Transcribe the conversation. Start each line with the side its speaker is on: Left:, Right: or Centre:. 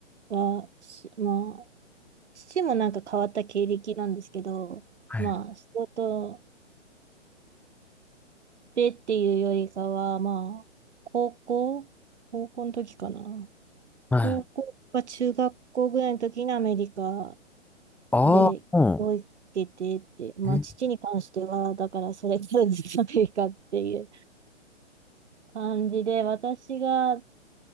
Right: がし、まあ、父もなんか変わった経歴なんですけど、
Centre: はい。
Right: まあ、仕事でっていうよりかは、まあ、高校、高校の時かな。
Centre: はい。
Right: 高校か中学校ぐらいの時にアメリカ
Centre: ああ、
Right: で、教育受けてって、
Centre: う
Right: まあ、
Centre: ん。
Right: 父に関しては、だからそれからずっとアメリカっていう感じで、私が